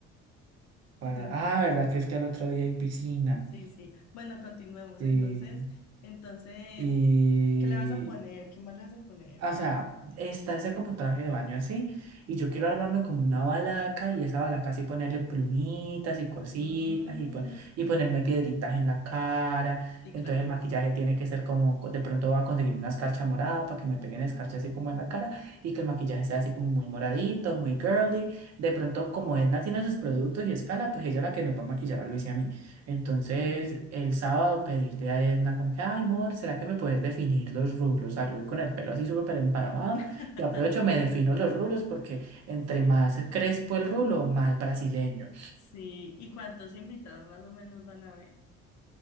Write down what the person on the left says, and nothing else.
Entonces,
sí, sí. Bueno, continuemos.
Entonces, entonces,
¿qué le vas a poner? ¿Qué más le vas a poner?
Mm,
sí,
claro.
Sí,
<laughs>
sí.
Sí. ¿Y cuántos invitados más o menos van a haber?